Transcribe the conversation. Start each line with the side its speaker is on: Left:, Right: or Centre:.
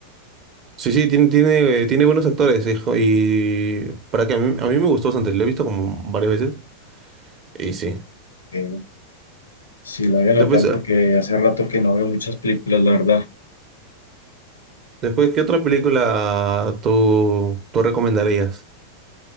Right: Sí, sí, tiene, tiene, eh, tiene buenos actores. hijo, Y para que a mí, a mí me gustó bastante, lo he visto como varias veces. Y sí.
Left: Ok. Sí, la voy a anotar
Right: Después, eh,
Left: porque hace rato que no veo muchas películas, la verdad.
Right: después ¿qué otra película tú, tú recomendarías?